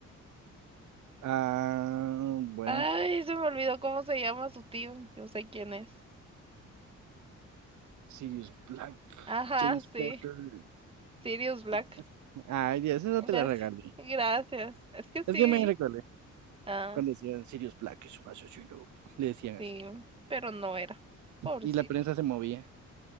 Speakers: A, on the right; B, on the right.
A: Ah, bueno,
B: Ay, se me olvidó cómo se llama su tío. Yo sé quién es.
A: Sirius Black,
B: Ajá,
A: James
B: sí.
A: Potter.
B: Sirius
A: <laughs>
B: Black.
A: Ay, Dios, esa
B: Gracias.
A: te la regalé.
B: Gracias. Es que sí.
A: Es que me recordé
B: Ah,
A: cuando decían Sirius Black es un asesino. Le decían
B: sí.
A: así.
B: Pero no era. Pobrecito.
A: Y la prensa se movía.